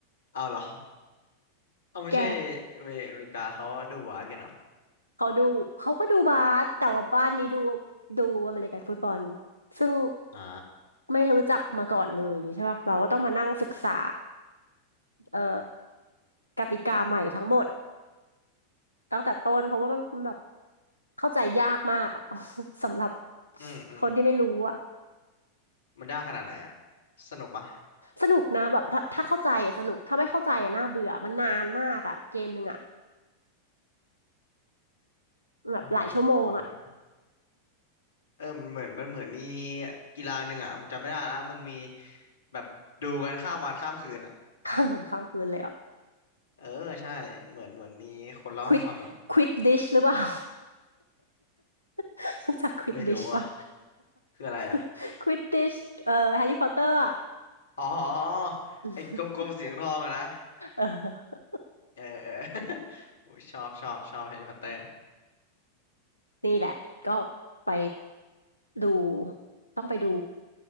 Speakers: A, on the left; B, on the left.
A: เอาเหรอเอาไม่ใช่
B: แก
A: เมอเมริกาเขาดูบาสกันเหรอ
B: เขาดูเขาก็ดูบาสแต่ว่าบ้านนี้ดูดูอเมริกันฟุตบอลซึ่ง
A: อ่า
B: ไม่รู้จักมาก่อนเลยอย่างงี้ใช่ป่ะเราก็ต้องมานั่งศึกษาเอ่อกติกาใหม่ทั้งหมดตั้งแต่ต้นเพราะว่ามันแบบเข้าใจยากมากอะ <laughs> สำหรับ
A: อืมอืม
B: คนที่ไม่รู้อะ
A: มันยากขนาดไหนอะสนุกปะ
B: สนุกนะแบบถ้าถ้าเข้าใจอะสนุกถ้าไม่เข้าใจอะน่าเบื่อมันนานมากอะเกมหนึ่งอะแบบหลายชั่วโมงอะ
A: อเมริกันฟุตบอลนะเออมันเหมือนมันเหมือนมีกีฬาหนึ่งอะผมจำไม่ได้แล้วมันมีแบบดูกันข้ามวันข้ามคืน
B: <laughs> ข้ามวันข้ามคืนเลยอะ
A: เออใช่เหมือนเหมือนมีคนเล่าให้ฟังอยู่
B: ควิดควิดดิชหรือเปล่า <laughs> รู้จักควิดดิชป่ะ
A: ไม่รู้อ่ะคืออะไรอ่ะ
B: <laughs> ควิดดิช <laughs> เอ่อแฮร์รี่พอตเตอร์อะ
A: อ๋อ
B: <laughs>
A: ไอ้กลมๆเสียงทองอะนะ
B: เออ
A: เออเออ <laughs> โอ้ยชอบชอบชอบแฮร์รี่พอตเตอร์
B: นี่แหละก็ไปดูต้องไปดู